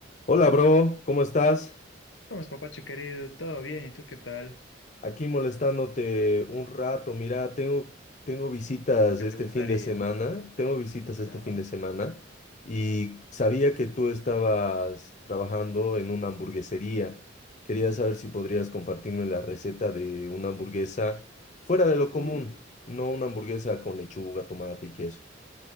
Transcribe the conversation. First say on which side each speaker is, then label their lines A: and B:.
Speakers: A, on the left; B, on the left.
A: Hola, bro, ¿cómo estás?
B: ¿Cómo es, papacho querido? ¿Todo bien? ¿Y tú qué tal?
A: Aquí molestándote un rato. Mira, tengo, tengo visitas
B: ¿Qué
A: este
B: te gustaría?
A: fin de semana. Tengo visitas
B: Ya.
A: este fin de semana y sabía que tú estabas trabajando en una hamburguesería. Quería saber si podrías compartirme la receta de una hamburguesa fuera de lo
B: Uh,
A: común, no una hamburguesa con lechuga, tomate y queso.